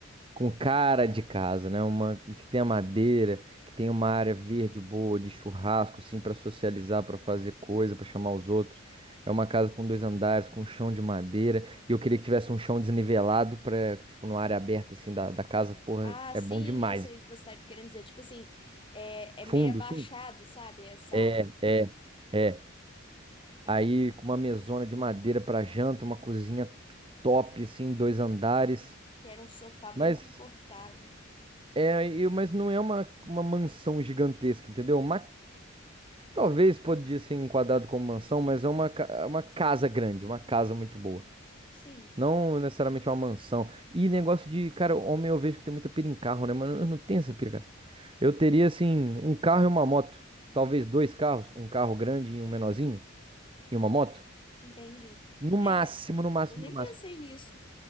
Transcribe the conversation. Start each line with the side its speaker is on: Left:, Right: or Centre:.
Right: com cara de casa, né? Uma que tenha madeira, que tenha uma área verde boa de churrasco, assim, pra socializar, pra fazer coisa, pra chamar os outros. É uma casa com dois andares, com um chão de madeira. E eu queria que tivesse um chão desnivelado pra, tipo, numa área aberta, assim, da, da casa. Porra,
Left: Ah, sim,
Right: é bom demais.
Left: eu sei o que você tá querendo dizer. Tipo assim, é,
Right: Fundo,
Left: é meio abaixado,
Right: sim.
Left: sabe? Essa
Right: É,
Left: área.
Right: é, é. Aí com uma mesona de madeira pra janta, uma cozinha top, assim, dois andares.
Left: Que era um sofá bem
Right: Mas
Left: confortável.
Right: é, e- mas não é uma, uma mansão gigantesca, entendeu? Uma Talvez podia ser enquadrado como mansão, mas é uma, ca- é uma casa grande, uma casa muito boa.
Left: Sim,
Right: Não necessariamente uma mansão. E negócio de, cara, homem eu vejo que tem muita pira em carro, né? Mas eu não tenho essa pira, cara. Eu teria, assim, um carro e uma moto. Talvez dois carros, um carro grande e um menorzinho, e uma moto.
Left: entendi.
Right: No máximo,
Left: É,
Right: no máximo,
Left: eu nem
Right: no máximo.
Left: pensei nisso.